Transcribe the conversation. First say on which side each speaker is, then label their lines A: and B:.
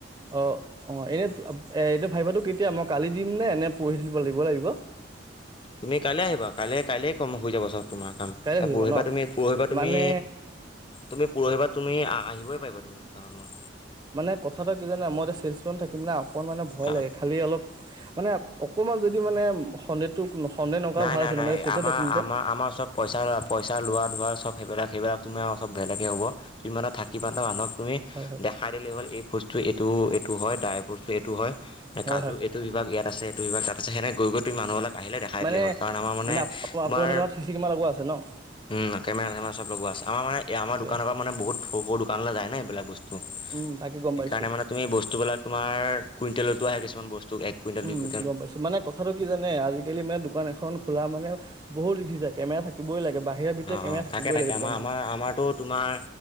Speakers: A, on the right (about 20°); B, on the left (about 25°).
A: অ' অ' এনে এই এতিয়া ভাইভাইটো কেতিয়া মোক কালি দিম নে এনে পৰহি দিব লাগিব লাগিব।
B: তুমি কাইলৈ আহিবা, কাইলৈ কাইলে কম হৈ যাব তোমাৰ কাম,
A: কাইলৈ
B: অ
A: হৈ যাব
B: পৰহিপা
A: ন
B: তুমি, পৰহিপা তুমি,
A: মানে
B: তুমি পৰহিপা তুমি আ আহিবই পাৰিবা তুমি, দোকানলৈ
A: মানে কথাটো কি জানা, মই এতিয়া চেলচ মেন থাকিম না, অকণ মানে ভয়
B: অঁ
A: লাগে, খালি অলপ, মানে আক অকণমান যদি মানে সন্দেহটো সন্দেহ নকৰা
B: নাই,
A: ভাল
B: নাই,
A: আছে মানে
B: নাই।
A: চেলচত
B: আমাৰ,
A: থাকিম যে
B: আমাৰ, আমাৰ চব পইচা ল পইচা লোৱা ধোৱা চব সেইবিলাক সেইবিলাক তোমাৰ ওচ বেলেগ হে হ'ব। তুমি মানে থাকিবা ন, মানুহক তুমি
A: হয় হয়
B: দেখাই দিলেই হ'ল এই ফোইতচটো এইটো, এইটো হয়, ডাই ফুইটচ টো এইটো হয়,
A: হয়
B: কাজু
A: হয়
B: এইটো বিভাগ ইয়াত আছে, এইটো বিভাগ তাত আছে, সেনেকে গৈ গৈ তুমি মানুহবিলাক আহিলে দেখা খাই
A: মানে
B: দিলেই হ'ল। কাৰণ আমাৰ মানে
A: আপোনাৰ
B: তোমাৰ
A: দোকানত চি চি কেমেৰা লগোৱা আছে ন
B: উম, কেমেৰা চেমেৰা চব লগোৱা আছে। আমাৰ মানে আমাৰ
A: ঠিকে
B: দোকানৰ
A: আছে
B: পৰা মানে বহুত সৰু সৰু দোকানলৈ যায় ন এইবিলাক বচ তু।
A: উম তাকে গম
B: সেইকাৰণে
A: পাইছো
B: মানে তুমি বস্তুবিলাক তোমাৰ কুইন্টেলতো আহে কিছুমান বস্তু, এক কুইণ্টেল,
A: উম,
B: দুই কু
A: গম পাইছোঁ, মানে কথাটো কি জানে, আজিকালি মানে দোকান এখ খন খোলা মানে বহুত <unintelligible> কেমেৰা থাকিবই লাগে। বাহিৰে ভিতৰে
B: অ',
A: কেমেৰা থাকিবই
B: থাকে, থাকে।
A: লাগে দোকানত।
B: আমাৰ, আমাৰ, আমাৰতো তোমাৰ